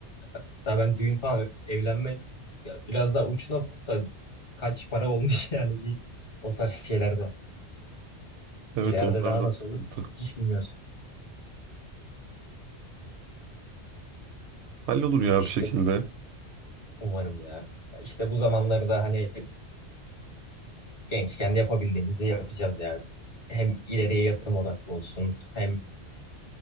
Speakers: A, on the left; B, on the right.
A: Hatta ben düğün falan evlenme ya biraz daha uç nokta kaç para olmuş <laughs> yani bir o tarz şeylerde.
B: Evet
A: İleride
B: onlar
A: daha
B: da
A: nasıl
B: sıkıntı.
A: olur hiç bilmiyoruz.
B: Hallolur ya
A: İşte
B: bir şekilde.
A: umarım ya. İşte bu zamanlarda hani gençken de yapabildiğimizi yapacağız ya. Hem ileriye yatırım odaklı olsun hem